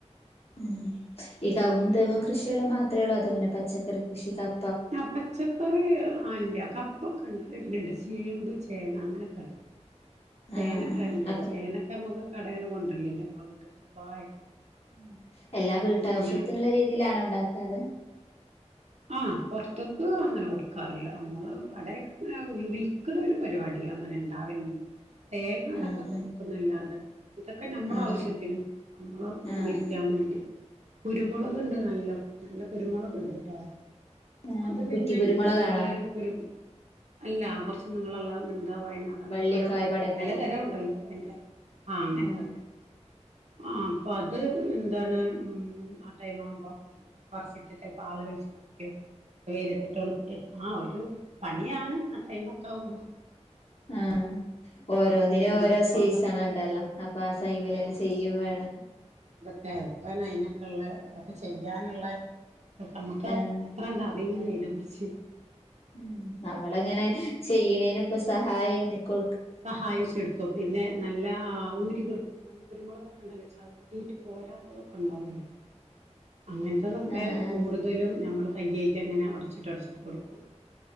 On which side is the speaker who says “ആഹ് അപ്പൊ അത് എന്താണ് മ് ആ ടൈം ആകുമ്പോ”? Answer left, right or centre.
Right